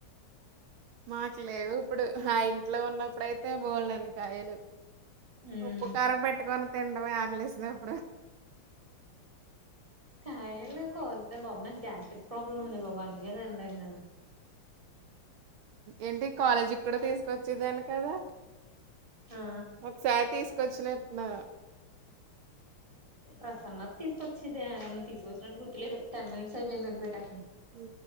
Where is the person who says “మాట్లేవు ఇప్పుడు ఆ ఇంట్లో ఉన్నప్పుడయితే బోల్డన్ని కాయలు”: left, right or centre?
Right